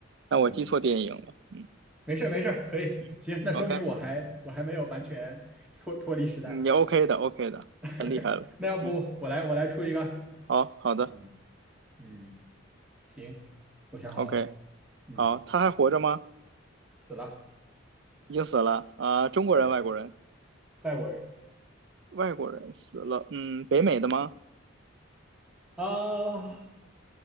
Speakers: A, on the right; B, in the centre.
A: 那我记错电影了，
B: 嗯。
A: 嗯
B: 没事没事可以，
A: 嗯，OK，
B: 行，那说明我还我还没有完全脱脱离时代。
A: 你 OK 的 OK 的，
B: <laughs>
A: 很厉害了，
B: 那要不我来我来出一个，
A: 嗯，好好的
B: 嗯嗯，行，我想好了，
A: OK。
B: 嗯，
A: 好，他还活着吗？
B: 死了，
A: 已经死了啊、中国人、
B: 对，
A: 外国人，
B: 外国人，
A: 外国人死了。嗯，北美的吗？
B: 对啊、